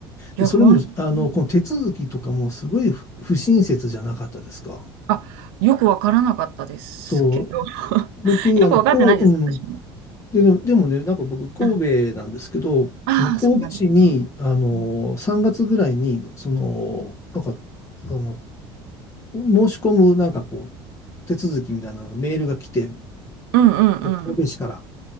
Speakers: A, on the right (about 75°); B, on the left (about 25°).
A: いや、
B: で、それも、
A: 本当に。
B: あの、この手続きとかもすごい不不親切じゃなかったですか。
A: あ、よくわからなかったですけど。
B: そう、
A: <laughs>
B: 僕、
A: よくわかってないです、
B: あの、こう、うん、
A: 私も。
B: でね、でもでもね、なんか僕、神戸なんですけど、
A: うん。ああ、
B: あの、神戸市に、
A: そうなんですね。
B: あの、
A: うん
B: 3月ぐらいに、その、なんか、あの、申し込む、なんかこう、手続きみたいなメールが来て、
A: うん
B: 神戸市から。
A: うん